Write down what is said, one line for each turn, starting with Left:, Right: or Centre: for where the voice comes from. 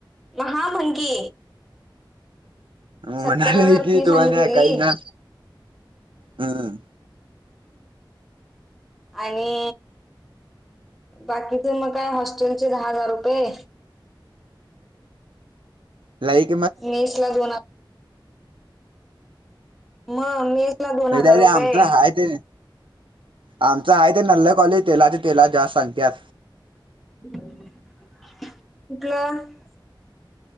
Centre: म हा म्हण की.
Right: म्हणालेय
Centre: सत्तर हजार
Right: की
Centre: फी
Right: तू
Centre: सांगितलेली
Right: आणि आहे काही ना हां.
Centre: आणि बाकी ते म काय हॉस्टेलचे दहा हजार रुपये.
Right: लाईक
Centre: मेसला दोन मग मेसला दोन हजार
Right: अरे
Centre: रुपये.
Right: आमचं हाय ते आमचं आहे ते नल्ला कॉलेज तेलाचे तेलात जास्त सांगत्यात.
Centre: कुठलं